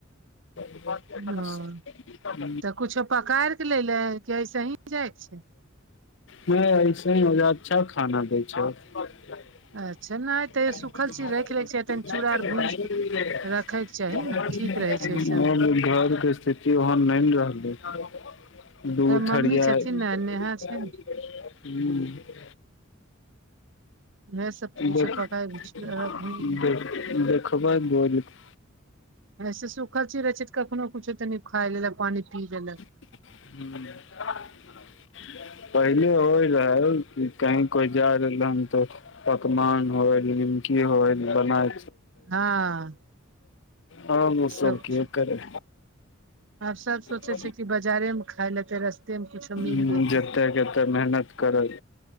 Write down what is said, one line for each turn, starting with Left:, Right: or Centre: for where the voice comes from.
Left: <unintelligible>
Right: हँ तऽ कुछो पकाइर के लैले कि ऐसे ही जायके छै
Left: नहि ऐसे ही हो अच्छा खाना दैत छै <unintelligible>
Right: अच्छा नहि तैयो सूखल चीज राखि लैके छै तनि चूड़ा आर भूजि कऽ रखयके चाही ने ठीक रहै छै ओहिसँ
Left: घरक स्थिति ओहन नहि रहलै। <unintelligible> दूध ठहराय
Right: मम्मी छथिन
Left: <unintelligible> <unintelligible>
Right: ने नेहा छै ने इएह सब कुछो
Left: देख
Right: पकाय भुजिया
Left: देख देखबैन बोइलकें
Right: एहन सुखल चीज रहैत छै तँ कखनो किछु तनि खा लेलक, पानि पी लेलक।
Left: ह्म पहिने होइ रहै, जँ कोनो जा रहल रहै तऽ। पकवान होय निमकी होय बनाय
Right: हँ
Left: आ मौसम
Right: सब कुछ
Left: के करि
Right: आब सब सोचे
Left: <unintelligible>
Right: छै कि बाजारे मे खाय लेते रस्ते मे कुछो मिल
Left: ह
Right: जेते
Left: जतेक कतेक मेहनत करज